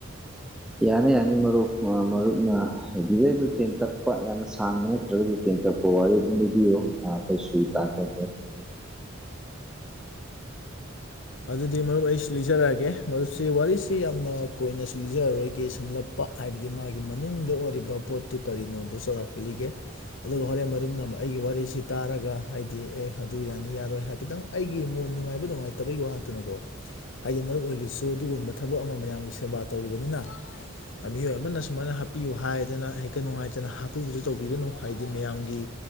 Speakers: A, in the centre; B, on the left.
A: ꯌꯥꯅꯤ ꯌꯥꯅꯤ ꯃꯔꯨꯞ ꯃꯔꯨꯞꯅ ꯍꯧꯖꯤꯗꯗꯨ ꯇꯦꯟ ꯇꯞꯄ ꯌꯥꯝꯅ ꯁꯥꯡꯕ ꯅꯠꯇ꯭ꯔꯒꯗꯤ ꯇꯦꯟ ꯇꯞꯄ ꯋꯥꯔꯤ ꯑꯗꯨꯝ ꯂꯤꯕꯤꯌꯣ ꯑꯩꯁꯨ ꯇꯥꯖꯒꯦ
B: ꯑꯗꯨꯗꯤ ꯃꯔꯨꯞ ꯑꯩ ꯂꯤꯖꯔꯛꯑꯒꯦ ꯃꯔꯨꯞꯁꯤ ꯋꯥꯔꯤꯁꯤ ꯌꯥꯝꯅ ꯀꯣꯏꯅꯁꯨ ꯂꯤꯖꯔꯔꯣꯏꯒꯦ ꯁꯝꯂꯞꯄ ꯍꯥꯏꯕꯗꯤ ꯃꯥꯒꯤ ꯃꯅꯨꯡꯗ ꯑꯣꯏꯔꯤꯕ ꯄꯣꯠꯇꯨ ꯀꯔꯤꯅꯣꯗꯨ ꯆꯥꯎꯔꯥꯛꯄ ꯂꯤꯒꯦ ꯑꯗꯨꯒ ꯍꯣꯔꯦꯟ ꯃꯔꯨꯝꯅ ꯑꯩꯒꯤ ꯋꯥꯔꯤꯁꯤ ꯇꯥꯔꯒ ꯍꯥꯏꯗꯤ ꯑꯦ ꯑꯗꯨ ꯌꯥꯅꯤ ꯌꯥꯔꯣꯏ ꯍꯥꯏꯐꯦꯠꯇꯪ ꯑꯩꯒꯤ ꯃꯣꯟ ꯅꯨꯡꯉꯥꯏꯕ ꯅꯨꯡꯉꯥꯏꯇ ꯐꯠꯇꯕꯒꯤ ꯋꯥ ꯅꯠꯇꯅꯀꯣ ꯍꯥꯏꯗꯤ ꯃꯔꯨꯞ ꯑꯣꯏꯒꯁꯨ ꯑꯗꯨꯒꯨꯝꯕ ꯊꯕꯛ ꯑꯃ ꯃꯌꯥꯝꯒꯤ ꯁꯦꯕꯥ ꯇꯧꯔꯤꯕꯅꯤꯅ ꯃꯤꯑꯣꯏ ꯑꯃꯅ ꯁꯨꯃꯥꯏꯅ ꯍꯥꯞꯄꯤꯌꯨ ꯍꯥꯏꯗꯅ ꯍꯦꯛꯇ ꯅꯨꯡꯉꯥꯏꯇꯅ ꯍꯥꯞꯄꯤꯕꯗꯨ ꯇꯧꯕꯤꯒꯅꯨ ꯍꯥꯏꯗꯤ ꯃꯌꯥꯝꯒꯤ